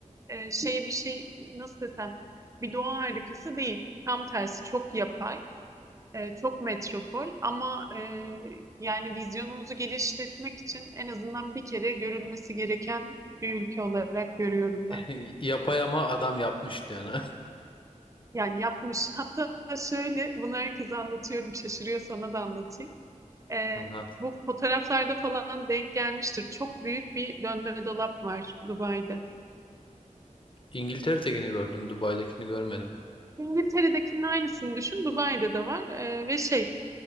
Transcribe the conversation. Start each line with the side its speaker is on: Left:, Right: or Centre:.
Right: e, şey bir şey nasıl desem bir doğa harikası değil. Tam tersi çok yapay. E, çok metropol ama e, yani vizyonumuzu genişletmek için en azından bir kere görülmesi gereken bir ülke olarak görüyorum
Left: <laughs>
Right: ben.
Left: Yapay ama adam yapmış yani.
Right: Yani yapmış. Hatta şöyle bunu herkese anlatıyorum. Şaşırıyor sana da anlatayım. E,
Left: <laughs> Anlat.
Right: bu fotoğraflarda falan denk gelmiştir. Çok büyük bir dönme dolap var Dubai'de.
Left: İngiltere'dekini gördüm, Dubai'dekini görmedim.
Right: İngiltere'dekinin aynısını düşün. Dubai'de de var E, ve şey